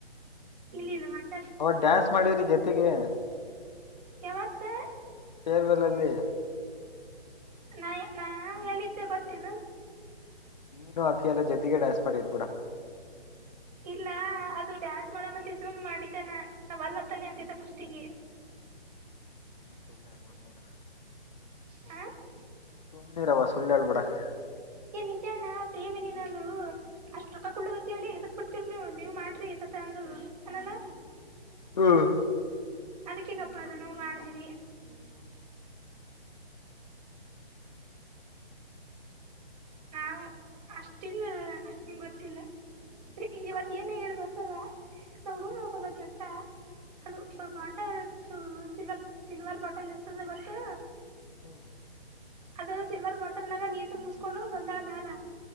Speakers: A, on the right; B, on the left.
A: ಇಲ್ಲ ಇಲ್ಲ. <unintelligible>
B: ಅವಾಗ ಡ್ಯಾನ್ಸ್ ಮಾಡಿದ್ರಿ ಜೊತೆಗೆ.
A: <inaudible> ಯಾವತ್ತ.
B: ಪೇರ್ವೆಲಲ್ಲಿ.
A: ನಾ ನಾ ಹೇಳಿದ್ದೆ ಬತೇನು.
B: ನಿಂದು ಅಕಿ ಎಲ್ಲ ಜತೆಗೆ ಡಾನ್ಸ್ ಮಾಡಿರ್ ಬಿಡ.
A: <inaudible> ಇಲ್ಲ ಅದು ಡ್ಯಾನ್ಸ್ ಮಾಡ ಮತ್ತ ಇಡ್ಕೊಂದ ಮಾಡಿದ್ದೆ ನಾ ವಲ್ಲತ್ತಾನೆ ಅಂತಿದ್ದ ಫಸ್ಟಿಗೆ.
B: <inaudible>
A: ಹ <inaudible>
B: ಸು್ಣ ರವ ಸುಳ್ಳಲು ಬಡಾ <unintelligible>
A: ಏಯ್ ನಿಜಾಣ್ಣ ಪ್ರೇಮಿದಿನಾಗಳು. ಅಷ್ಟ್ ರೊಕ್ಕಕೊಡ್ಕ್ಲತ್ತಿವಲ್ಲ ಎದಕ್ ಬರತೀರಿ ನೀವು ನೀವ್ ಮಾಡ್ರಿ ಅಂದ ಅನಾನ
B: ಹಾ <inaudible>
A: ಅದಕ್ಕಿಗಪ್ಪಾ ಅದನ್ನು ಮಾಡದೀವಿ- ಹ <inaudible>
B: ಹಾ <inaudible>
A: ನಾ ಅಷ್ಟಿಲ್ಲ ನ ನಿಂಗ ಗೊತ್ತಿಲ್ಲಾ ಇವತ್ ಏನಾಗದಗೊತ್ತದ ನಮ್ ರೂಮ್ನಗ
B: ಹ್ಮ್
A: ಒಬ್ಬಕಿಅಕ್ಕಾ ಅದುಲ್ಪ
B: ಹ್ಮ್
A: ಬದು <unintelligible> ಸಿಲ್ವರ್ ಸಿಲ್ವರ್ ಬಾಟಲ್ ಇರ್ತದೆ ಗೊತ್ತು
B: ಹ್ಮ್ <inaudible>
A: ಅದರಗ ಸಿಲ್ವರ್ ಬಾಟಲ್ ನಾಗ ನೀರ ತುಂಬಿಸ್ಕೊಂಡು ಬಂದಳಮ್ಯಾಲ